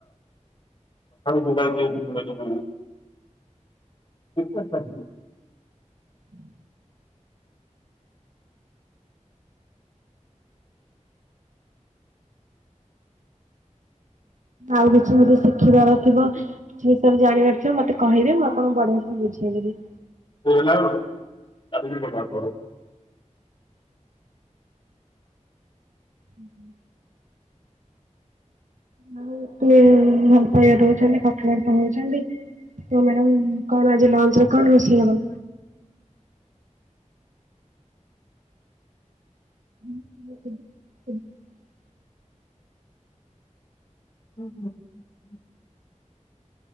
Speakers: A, on the left (about 40°); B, on the right (about 75°).
A: ମୋବାଇଲ୍ ପୁରାଇ <unintelligible> ଠିକ୍ କଥା।
B: ହୁଁ ଆଉ କିଛି ମୋତେ ଶିଖିବାର ଥିବ କିଛି ବିଷୟରେ ଜାଣିବାର ଥିବ ମତେ କହିବେ ମୁଁ ଆପଣଙ୍କୁ ବଢିଆ ସେ ବୁଝେଇଦେବି। କେବେ ବି
A: <unintelligible>
B: ହୁଁ ହୁଁ <unintelligible> ରହୁଚନ୍ତି କଥାବାର୍ତ୍ତ ହଉଚନ୍ତି। ତ ମ୍ୟାଡାମ କଣ ଆଜି ଲଞ୍ଚରେ କଣ ରୋଷେଇ ହବ। <unintelligible>
A: ହୁଁ ହୁଁ।